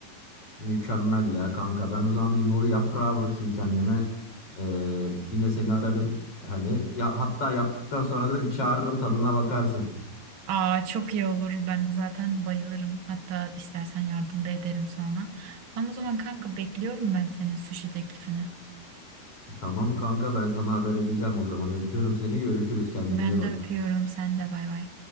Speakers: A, on the left; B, on the right.
A: Mükemmel ya kanka. Ben o zaman bir noru yaprağı bakayım kendime. Ee, yine seni ararım. Hani ya, hatta yaptıktan sonra da bir çağırırım tadına bakarsın.
B: Aa çok iyi olur ben de zaten bayılırım hatta istersen yardım da ederim sonra. Tamam o zaman kanka bekliyorum ben senin sushi teklifini.
A: Tamam kanka ben sana haber edeceğim o zaman. Öpüyorum seni. Görüşürüz. Kendine
B: Ben
A: iyi bak.
B: de öpüyorum sen de bay bay.